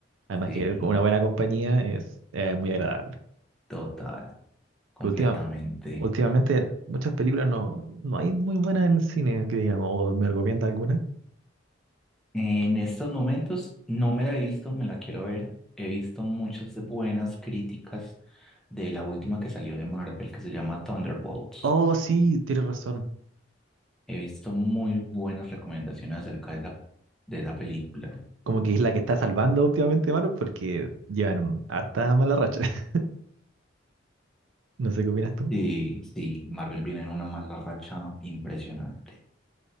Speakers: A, on the right (about 85°); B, in the centre.
A: Además
B: Sí,
A: que con una buena compañía es eh, muy agradable.
B: total, completamente.
A: Última- Últimamente muchas películas no, no hay muy buenas en el cine, que digamos, o me recomienda alguna.
B: En estos momentos no me la he visto, me la quiero ver. He visto muchas buenas críticas de la última que salió de Marvel que se llama Thunderbolts.
A: Oh, sí, tienes razón.
B: He visto muy buenas recomendaciones acerca de la, de la película.
A: Como que es la que está salvando últimamente Marvel porque llevan un- harta mala racha. <laughs> No sé qué opinas tú.
B: Sí, sí, Marvel viene en una mala racha impresionante,